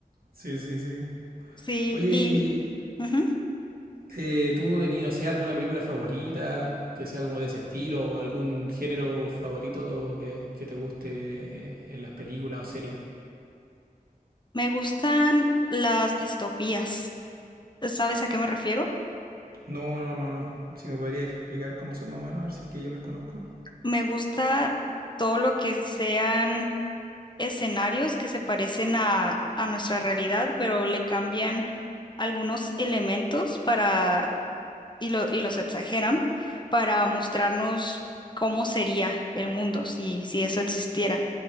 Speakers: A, on the right; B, on the left.
A: Sí, sí, sí.
B: Sí,
A: Oye,
B: y ujú.
A: Eh, ¿tú tenido, no sea, alguna película favorita que sea como de ese estilo o algún género favorito que, que te guste eh, en las películas o series?
B: Me gustan las distopías. ¿Sabes a qué me refiero?
A: No, no, no, no. Si me podría explicar cómo son más o menos, a ver si es que yo las conozco.
B: Me gusta todo lo que sean escenarios que se parecen a, a nuestra realidad, pero le cambian algunos elementos para, y, lo- y los exageran para mostrarnos cómo sería el mundo si, si eso existiera.